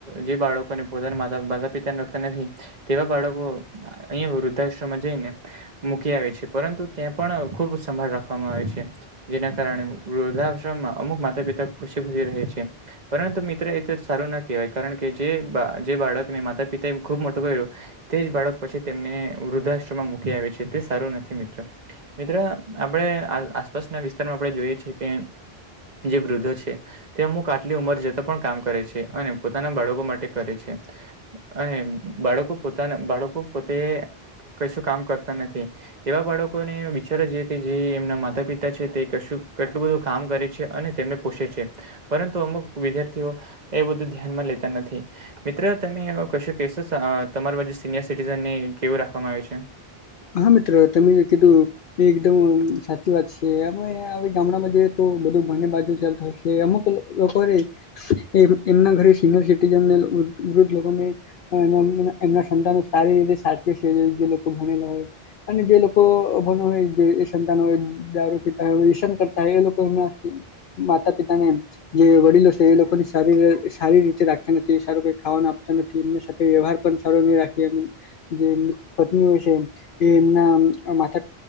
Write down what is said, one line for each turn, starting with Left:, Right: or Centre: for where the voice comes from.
Right: જે બાળકોને, પોતાના માતા-માતા પિતાને રાખતા નથી તેવા બાળકો વૃદ્ધાશ્રમમાં જઈને, મૂકી આવે છે. પરંતુ ત્યાં પણ ખુબ સંભાળ રાખવામાં આવે છે. જેના કારણે, વૃદ્ધાશ્રમમાં અમુક માતા-પિતા ખુશી ખુશી રહે છે. પરંતુ મિત્ર એ તો સારું ના કહેવાય કારણ કે, કે જે બાળક જે બાળકને માતા પિતા એ ખુબ મોટું કર્યું. તે જ બાળક પછી, તેમને વૃદ્ધાશ્રમમાં મૂકી આવે છે. તે સારો નથી મિત્ર, મિત્ર આપડે આસ-આસપાસના વિસ્તારમાં આપડે જોઈએ છે કે એમ, જે વૃદ્ધો છે તે અમુક આટલી ઉંમર જતા પણ કામ કરે છે, અને પોતાના બાળકો માટે કરે છે. અને બાળકો પોતાના બાળકો પોતે કશું કામ કરતા નથી. તેવા બાળકોને વિચારવું જોઈએ કે જે એમના માતા-પિતા છે તે કશું કેટલું બધું કામ કરે. છે, અને તેમને પોષે છે, પરંતુ અમુક વિદ્યાર્થીઓ એ બધું ધ્યાનમાં લેતા નથી મિત્રો તમે એવો કશો કેશો! તમારા બાજુ સિનિયર સિટીઝન ને કેવું રાખવામાં આવ્યું છે?
Left: હા મિત્ર તમે કીધું, એ એકદમ સાચી વાત છે. એમાંય હવે આ ગામડામાં જઈએ તો બધું બને બાજુ ચાલતુ હોય છે. અમુક લોકો લોકોને એમ-એમના ઘરે સિનયર સિટીઝનને વૃદ્ધ લોકોને <unintelligible> એમના સંતાનો સારી રીતે સાચવે છે. જે લોકો, ભણેલા હોય અને જે લોકો અભણ હોય જે એ સંતાનો દારૂ પીતા હોય, વ્યસન કરતા હોય એ લોકો એમના માતા-પિતા ને એમ, જે વડીલો છે, એ લોકોને સારી સારી રીતે રાખતા નથી. સારું કોઈ ખાવાનું આપતા નથી. એમની સાથે વ્યવહાર પણ સારો નહી રાખીએ જે પત્ની હોય છે. તે એમના માતા